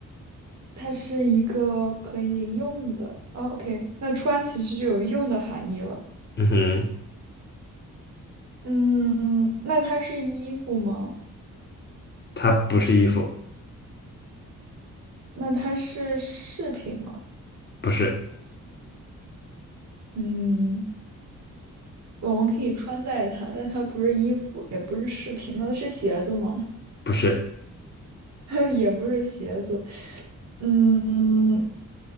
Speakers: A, on the right; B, on the left.
A: 它是一个可以用的啊。哦 OK，那穿其实就有用的含义了。
B: 嗯哼，
A: 嗯，那它是衣服吗？
B: 它不是衣服，
A: 那它是饰品吗？
B: 不是
A: 嗯，我们可以穿戴它，但它不是衣服，也不是饰品，那是鞋子吗？
B: 不是，
A: <laughs> 也不是鞋子。嗯，